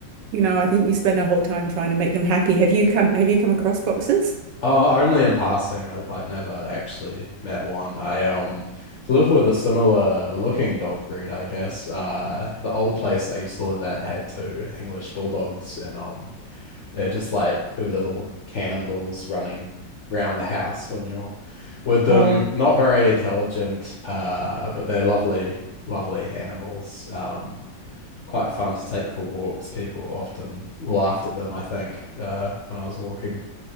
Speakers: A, on the right; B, on the left.
A: you know, I think we spend our whole time trying to make them happy. Have you come have you come across boxers?
B: Oh, only in passing. I've like never actually met one. I um live with a similar looking dog breed, I guess. Uh the old place I used to live at had two English bulldogs and um They're just like two little cannonballs running around the house when you're with them.
A: Oh,
B: Not very intelligent, uh, but they're lovely, lovely animals. Um, quite fun to take for walks. People often laughed at them, I think, uh, when I was walking